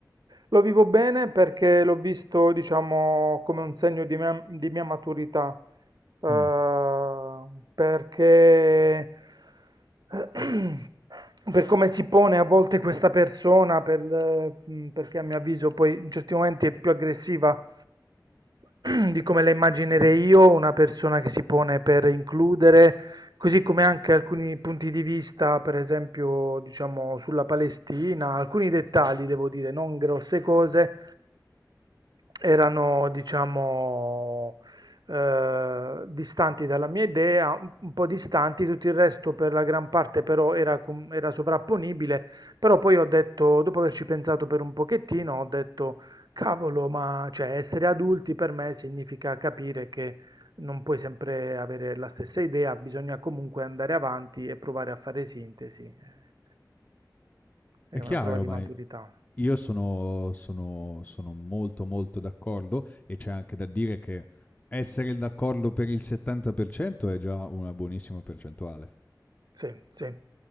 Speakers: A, on the right (about 70°); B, on the left (about 20°).
A: Lo vivo bene perché l'ho visto, diciamo, come un segno di mia, di mia maturità, eh,
B: Mm.
A: perché <clears throat> per come si pone a volte questa persona, per, eh, mh, perché a mio avviso poi in certi momenti è più aggressiva <clears throat> di come la immaginerei io, una persona che si pone per includere Così come anche alcuni punti di vista, per esempio, diciamo sulla Palestina, alcuni dettagli, devo dire, non grosse cose, erano, diciamo, eh, distanti dalla mia idea, un un po' distanti, tutto il resto per la gran parte però era, com- era sovrapponibile, però poi ho detto, dopo averci pensato per un pochettino, ho detto, cavolo, ma cioè, essere adulti per me significa capire che non puoi sempre avere la stessa idea, bisogna comunque andare avanti e provare a fare sintesi. eh, È
B: È
A: una
B: chiaro,
A: prova di
B: ma
A: maturità.
B: io sono, sono- sono molto molto d'accordo e c'è anche da dire che essere d'accordo per il 70% è già una buonissima percentuale.
A: Sì, sì,